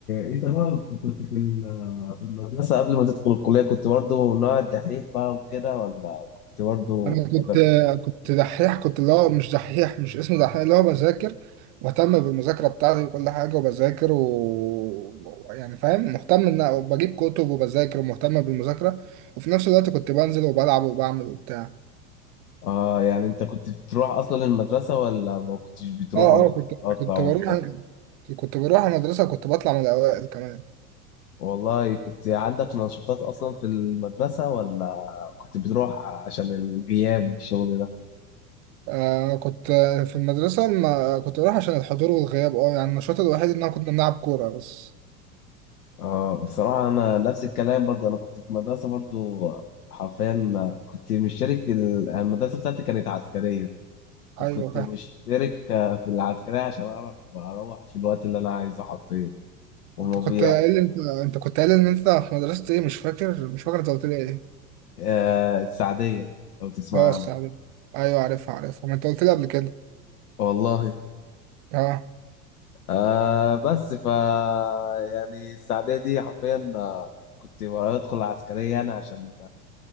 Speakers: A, on the left; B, on the right.
A: انت بقى كنت في ال- في المدرسة قبل ما تدخل الكلية كنت برضو من نوع الدحيح بقى وكده ولا كنت برضو
B: انا كنت
A: ولا
B: كنت دحيح كنت اللي هو مش دحيح مش اسمه دحيح اللي هو بذاكر مهتم بالمذاكرة بتاعتي وكل حاجة وبذاكر و يعني فاهم مهتم ان بجيب كتب وبذاكر ومهتم بالمذاكرة وفي نفس الوقت كنت بنزل وبلعب وبعمل وبتاع
A: اه يعني انت كنت بتروح اصلا المدرسة ولا ما كنتش بتروح
B: اه
A: ولا كنت
B: اه كنت
A: بتقطع
B: كنت
A: وبتاع
B: بروح كنت بروح المدرسة كنت بطلع من الأوائل كمان
A: والله كنت عندك نشاطات اصلا في المدرسة ولا كنت بتروح عشان الغياب والشغل ده
B: آه كنت آه، في المدرسة ما كنت بروح عشان الحضور والغياب اه يعني النشاط الوحيد إن أنا كنا بنلعب كورة بس
A: اه بصراحة انا نفس الكلام برضو انا كنت في مدرسة برضو حرفيا كنت مشترك في ال- المدرسة بتاعتي كانت عسكرية فكنت
B: أيوة فاهم
A: مشترك آه، في العسكرية عشان أعرف أروح في الوقت اللي أنا عايزه حرفيا وما
B: أنت كنت
A: بي...
B: قايل أنت أنت كنت قايل إن أنت في مدرسة إيه مش فاكر مش فاكر أنت قلت لي إيه
A: آه السعدية لو تسمع
B: اه السعادة
A: عنها
B: أيوة عارفها عارفها ما أنت قلت لي قبل كده
A: والله
B: اه
A: آه بس ف يعني السعدية دي حرفيا آه، كنت بدخل العسكرية أنا عشان